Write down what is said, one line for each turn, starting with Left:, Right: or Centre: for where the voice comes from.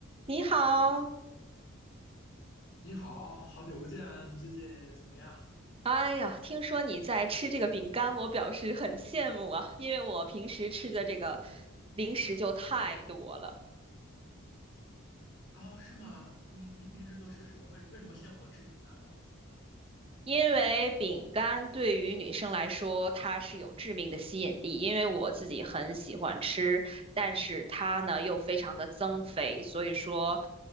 Right: 你好，
Left: 你好，好久不见，最近怎么样？
Right: 哎呀，听说你在吃这个饼干，我表示很羡慕啊，因为我平时吃的这个零食就太多了。
Left: 啊？是吗？您您平时都吃什么？为为什么羡慕我吃饼干嘞？
Right: 因为饼干对于女生来说，它是有致命的吸引力，因为我自己很喜欢吃，但是它呢又非常的增肥，所以说，